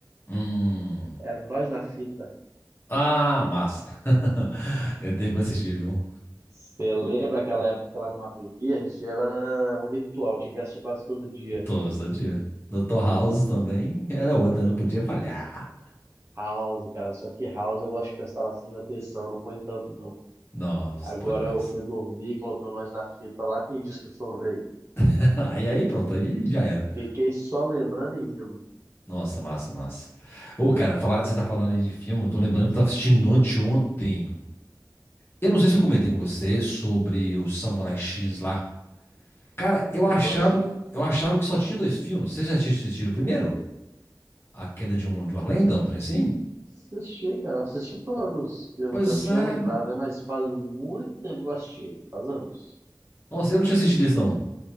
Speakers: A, on the left; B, on the right.
A: Hum.
B: Era Nós na Fita.
A: Ah, massa. <laughs> Tem tempo que eu assisti, viu?
B: Você lembra aquela época lá no Mato Verde? Era um ritual, tinha que assistir quase todo dia.
A: Tô, todo dia. Dr. House também era outra, né? Não podia falhar.
B: House, cara. Só que House eu gosto de prestar bastante atenção, não põe tanto não.
A: Nossa,
B: Agora
A: bom demais.
B: eu fui dormir, coloquei o Nós na Fita lá. Quem disse que o sono veio?
A: <laughs> Aí, aí, pronto, aí já era.
B: Fiquei só lembrando e rindo.
A: Nossa, massa, massa. Ô, cara, falar, você tá falando aí de filme, eu tô lembrando que eu tava assistindo anteontem. Eu não sei se eu comentei com você sobre o Samurai X lá. Cara,
B: Comentou
A: eu achava,
B: assim.
A: eu achava que só tinha dois filmes. Vocês já tinham assistido o primeiro? A Queda de, um- de uma Lenda, um trem assim?
B: Assisti, cara, assisti todos, pelo
A: Pois
B: que eu tinha
A: é.
B: lembrado, né? Mas faz muito tempo que eu assisti, faz anos.
A: Nossa, eu não tinha assistido esse, não.